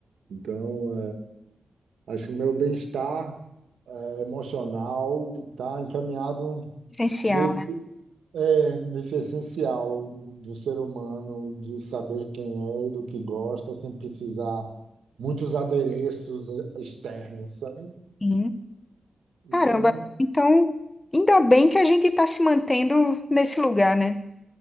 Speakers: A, on the right; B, on the left.
A: Então, é, acho que o meu bem-estar emocional está encaminhado
B: Essencial,
A: nesse,
B: né?
A: é, nesse essencial do ser humano, de saber quem é e do que gosta, sem precisar muitos adereços externos, sabe?
B: Sim.
A: Então,
B: Caramba. Então, ainda bem que a gente está se mantendo nesse lugar, né?